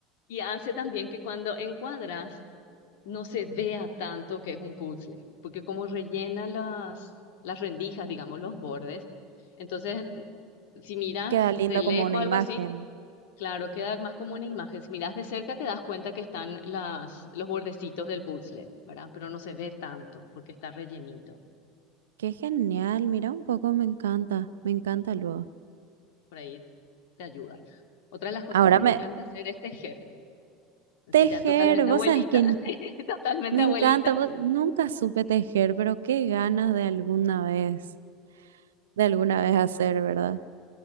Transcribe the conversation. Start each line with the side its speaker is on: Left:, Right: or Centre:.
Left: y hace también que cuando encuadras no se vea tanto que es un puzzle, porque como rellena las, las rendijas, digamos, los bordes, entonces si miras
Right: Queda lindo
Left: de lejos
Right: como una
Left: algo
Right: imagen.
Left: así, Claro, queda más como una imagen. Si miras de cerca te das cuenta que están las, los bordecitos del puzzle, ¿verdad? Pero no se ve tanto porque está rellenito.
Right: Qué genial. Mira un poco, me encanta. Me encanta luego.
Left: Por ahí te ayuda. Otra de las cosas
Right: Ahora
Left: que me encanta
Right: me...
Left: hacer es tejer. Entonces
Right: Tejer,
Left: ya totalmente
Right: vos
Left: abuelita,
Right: sabés que n-
Left: <laughs> sí, totalmente
Right: me
Left: abuelita.
Right: encanta. vos- Nunca supe tejer, pero qué ganas de alguna vez, de alguna vez hacer, ¿verdad?